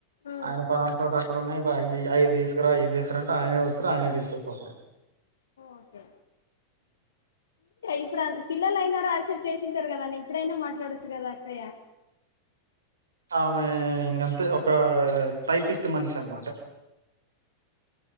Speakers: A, on the left; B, on the right.
A: ఆ
B: ఆయన పలానా చోట అక్కడ ఉన్నాయి అవి తీసుకురా అవి తీసుకురా అంటే ఆయనే వచ్చారు ఆయన తీసుకుపోతారు <inaudible>
A: ఓకే ఇప్పుడంతా పిల్లలయినారో ఆక్సెప్ట్ చేసింటారు కదాని ఇప్పుడైనా మాట్లాడొచ్చు కదా అక్కయ్య
B: ఆమె ఇకంత ఒక టైపిస్ట్ మనిషి అన్నమాట